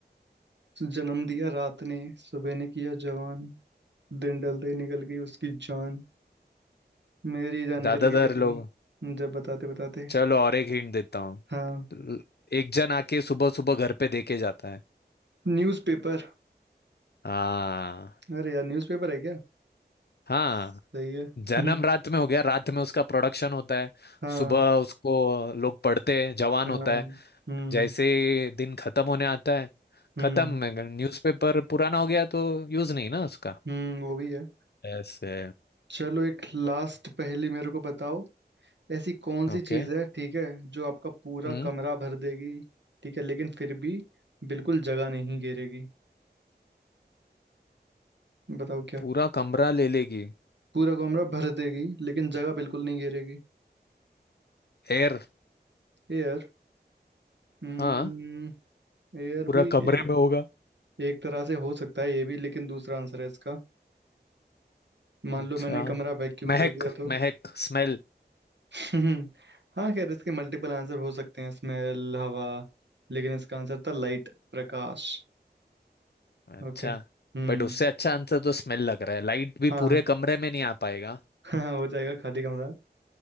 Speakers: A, on the right; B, on the left.
A: जन्म दिया रात ने सुबह ने किया जवान दिन ढलते ही निकल गई उसकी जान मेरी जान निकल
B: ज्यादातर
A: गई लेकिन
B: लोग
A: जब बताते बताते
B: चलो और एक हिंट देता हूँ
A: हाँ
B: ल- एक जन आके सुबह सुबह घर पे देके जाता है
A: न्यूज़पेपर
B: हाँ
A: अरे यार न्यूज़पेपर है क्या
B: हाँ
A: सही है
B: जन्म
A: <laughs>
B: रात में हो गया रात में उसका प्रोडक्शन होता है
A: हाँ
B: सुबह उसको लोग पढ़ते हैं जवान
A: हाँ
B: होता है
A: हम्म
B: जैसे ही दिन खत्म होने आता है
A: हम्म
B: खत्म न्यूज़पेपर पुराना हो गया तो यूज नहीं ना उसका
A: हम्म वो भी है
B: ऐसे
A: चलो एक लास्ट पहेली मेरे को बताओ ऐसी कौन
B: ओके
A: सी चीज है ठीक है जो आपका पूरा
B: हम्म
A: कमरा भर देगी ठीक है लेकिन फिर भी बिल्कुल जगह नहीं घेरेगी बताओ क्या
B: पूरा कमरा ले लेगी
A: पूरा कमरा भर देगी लेकिन जगह बिल्कुल नहीं घेरेगी
B: एयर
A: एयर हम्म
B: हाँ
A: एयर
B: पूरा
A: भी
B: कमरे
A: ए,
B: में होगा
A: एक तरह से हो सकता है ये भी लेकिन दूसरा आंसर है इसका मान
B: अच्छा
A: लो मैंने कमरा वैक्यूम
B: महक
A: कर दिया तो
B: महक स्मेल
A: हम्म, हाँ खैर इसके मल्टीपल आंसर हो सकते हैं स्मेल हवा लेकिन इसका आंसर था लाइट प्रकाश
B: अच्छा
A: ओके हम्म
B: बट उससे अच्छा आंसर तो स्मेल लग रहा है लाइट भी
A: हाँ
B: पूरे
A: हाँ
B: कमरे में नहीं आ पाएगा
A: <laughs> हाँ, हो जाएगा खाली कमरा